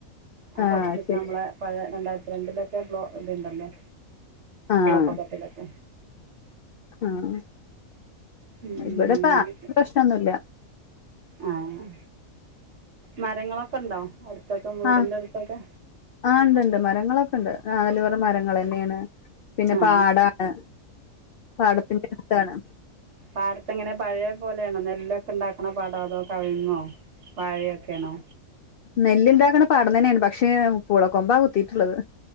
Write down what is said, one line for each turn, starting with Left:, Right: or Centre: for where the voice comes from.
Right: ആ
Left: ആഹ്
Right: ഫസ്റ്റ്ത്തെ
Left: ശരി
Right: നമ്മളെ പഴേ രണ്ടായിരത്തി രണ്ടിലൊക്കെ ബ്ലോ ഇത്ണ്ടല്ലോ
Left: ആഹ്
Right: വെള്ളപ്പൊക്കത്തിലൊക്കെ
Left: ആഹ്
Right: അങ്ങനെയൊക്കെ
Left: ഇവിടെപ്പ പ്രശ്നൊന്നുല്ല
Right: ആഹ് മരങ്ങളൊക്കെണ്ടോ അടുത്തൊക്കെ വീടിൻ്റെ
Left: ആഹ്
Right: അടുത്തൊക്കെ
Left: ആഹ് ണ്ട്ണ്ട് മരങ്ങളൊക്കെണ്ട് നാല് പൊറം മരങ്ങളന്നെണ് പിന്നെ
Right: ആ
Left: പാടാണ് പാടത്തിന്റെ അട്ത്താണ്
Right: പാട്ത്തെങ്ങനെ പഴയ പോലെയാണോ നെല്ലൊക്കെണ്ടാക്ക്ണ പാടോ അതോ കവിങ്ങോ വാഴയൊക്കെയണോ
Left: നെല്ല്ണ്ടാക്ക്ണ പാടം തന്നെണ് പക്ഷേ പൂള കൊമ്പാ കുത്തിട്ടുള്ളത്